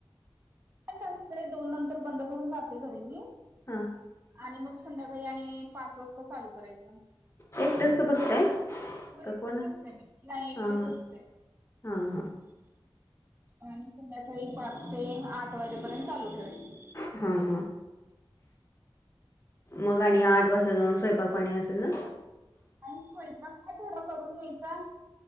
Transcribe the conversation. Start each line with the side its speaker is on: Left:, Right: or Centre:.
Right: असतेय दोन नंतर बंद करून जाते घरी मी.
Left: हा,
Right: आणि मग संध्याकाळी आणि पाच वाजता चालू करायचं.
Left: एक टेस्क का बघताय?
Right: हो
Left: का
Right: एकटीच
Left: कोण
Right: असते मी. नाही एकटीच
Left: हां
Right: असते.
Left: हां हां
Right: आणि संध्याकाळी पाच ते आठ वाजेपर्यत चालू ठेवायचं.
Left: हा हा, मग आणि आठ वाजता जाऊन स्वयंपाक पाणी असेल ना,
Right: <unintelligible> स्वयंपाक काय तेवढा करून यायचा.